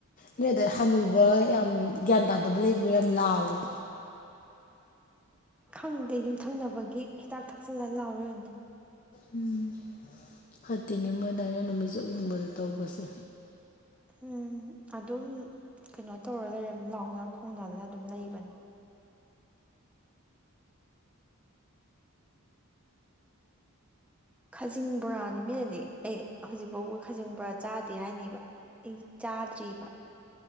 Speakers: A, on the left; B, in the centre.
A: ꯅꫭꯏꯗꯥ ꯍꯅꯨ ꯌꯥꯝ ꯒ꯭ꯌꯥꯟ ꯇꯥꯗꯕ ꯂꯩꯕ꯭ꯔ ꯌꯥꯝ ꯂꯥꯎꯋꯦ
B: ꯈꯪꯗꯦ ꯌꯨꯝꯊꯪꯅꯕꯒꯤ ꯍꯤꯗꯥꯛ ꯊꯛꯆꯜꯂ ꯂꯥꯎꯔꯤ ꯑꫭꯏꯔꯝꯅꯤ
A: ꯎꯝ ꯐꯠꯇꯦꯅꯤ ꯃꯣꯏ ꯑꯗꯨꯏꯅ ꯅꯨꯃꯤꯠ ꯆꯨꯞ ꯌꯨꯡꯕꯗ ꯇꯧꯕꯁꯦ
B: ꯎꯝ ꯑꯗꯨꯝ ꯀꯩꯅꯣ ꯇꯧꯔꯒ ꯌꯥꯝ ꯂꯥꯎꯅ ꯈꯣꯡꯅꯗꯅ ꯑꯗꯨꯝ ꯂꯩꯕ <unintelligible> ꯈꯖꯤꯡ ꯕꯣꯔꯥꯅꯤ ꯃꯤꯅꯗꯤ ꯑꯩ ꯍꯧꯖꯤꯛꯐꯥꯎꯕ ꯈꯖꯤꯡꯕꯔꯥ ꯆꯥꯗꯦ ꯍꯥꯏꯅꯤꯕ ꯑꯩ ꯆꯥꯗ꯭ꯔꯤꯕ